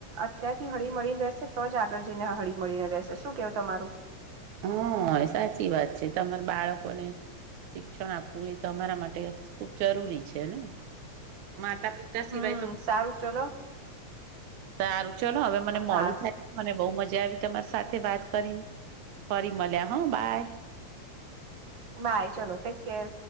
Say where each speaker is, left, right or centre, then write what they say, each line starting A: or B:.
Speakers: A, on the right; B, on the right.
A: અત્યારથી હળી મળીને રહેશે તો જ આગળ જઈને હળી મળીને રહેશે શું કેવું તમારુ
B: હા સાચી વાત છે તમારા બાળકોને શિક્ષણ આપવું એ તો અરા માટે ખુબ જરૂરી છેને માતા પિતા
A: હમ
B: સિવાય તો
A: સારું ચલો
B: તારું ચ હવે મને
A: હા
B: મળું થાય. મને બહુ મજા આવી તમારી સાથે વાત કરી ફરી મળલ્યા હા બાય.
A: બાય ચલો ટેક કેર